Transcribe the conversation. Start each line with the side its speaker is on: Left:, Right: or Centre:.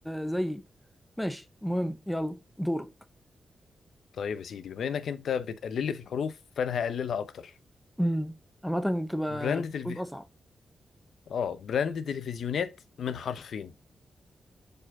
Centre: زيي ماشي المهم يلا دورك
Left: طيب يا سيدي بما انك انت بتقلل لي في الحروف فانا هقللها اكتر
Centre: امم عامة بتبقى
Left: براند تلفي...
Centre: المفروض اصعب
Left: اه براند تلفزيونات من حرفين